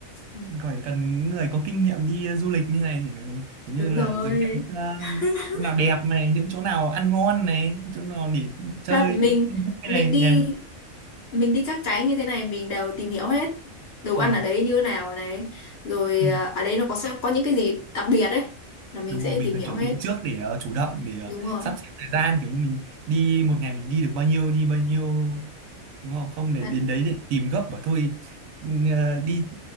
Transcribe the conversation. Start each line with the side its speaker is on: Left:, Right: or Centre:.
Left: Ừ,
Right: còn phải cần những người có kinh nghiệm đi ờ, du lịch như này thì kiểu như
Left: đúng
Right: là
Left: rồi
Right: giới thiệu những ờ,
Left: <laughs>
Right: chỗ nào đẹp này những chỗ nào ăn ngon này chỗ nào để chơi
Left: thật mình
Right: vui này
Left: mình đi
Right: nhỉ
Left: mình đi các cái như thế này mình đều tìm hiểu hết đồ
Right: ờ
Left: ăn ở đấy như thế nào này rồi
Right: ừ.
Left: à, ở đấy nó có sao có những cái gì đặc biệt đấy là mình
Right: đúng
Left: sẽ
Right: rồi mình
Left: tìm
Right: phải
Left: hiểu
Right: chuẩn
Left: hết
Right: bị trước để ờ, chủ động để ờ,
Left: đúng rồi
Right: sắp xếp thời gian kiểu như mình đi một ngày mình đi được bao nhiêu đi bao nhiêu đúng không không để
Left: thật
Right: đến đấy để tìm gấp bảo thôi ừ, ờ, đi